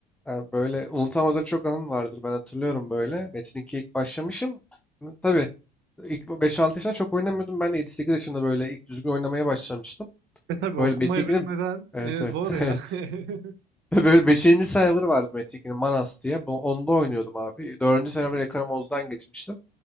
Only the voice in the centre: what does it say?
Yani böyle unutamadığın çok anın vardır. Ben hatırlıyorum böyle. Metin 2'ye ilk başlamışım. Hı, Tabii ilk 5-6 yaşında çok oynamıyordum. Ben de 7-8 yaşında böyle ilk düzgün oynamaya başlamıştım.
Böyle
Metin 2'nin
evet
evet
<laughs>
evet.
Böyle 5. server vardı Metin 2'nin Manas diye. Bu- Onda oynuyordum abi. 4. server Yakarım Oz'dan geçmiştim.